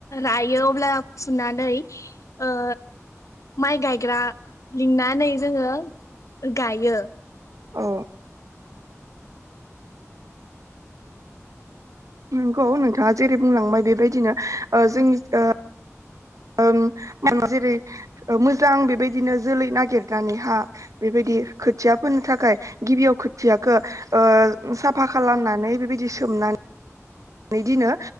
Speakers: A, on the left (about 75°); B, on the right (about 85°).
A: लायो अब्ला फुनानै ओ माइ गायग्रा लिंनानै जोङो गायो।
B: औ। नंगौ नोंथाङा जेरै बुंलांबाय बेबायदिनो ओ जोंनि ओ ओं <inaudible> ओ जेरै मोजां बेबायदिनो जोलै नागिरनानैहा बेबायदि खोथिया फोनो थाखाय गिबियाव खोथिया खो ओ साफा खालामनानै बेबायदि सोमनानै नै दिनो